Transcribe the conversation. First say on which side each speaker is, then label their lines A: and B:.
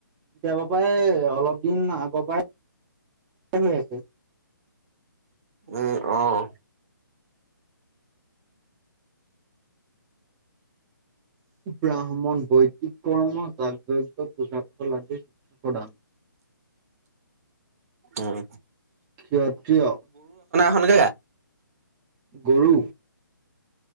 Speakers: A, on the right; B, on the right.
A: কেৱ প্ৰায় অলপ দিন আগৰ পৰাই হৈ আছে
B: উম অহ
A: ব্ৰাহ্মণ বৈদিক কৰ্ম যাক যজ্ঞ পূজা পাতল আদিৰ শিক্ষা প্ৰধান।
B: উম
A: ক্ষত্ৰিয়।
B: ঘনকে গা।
A: গৰু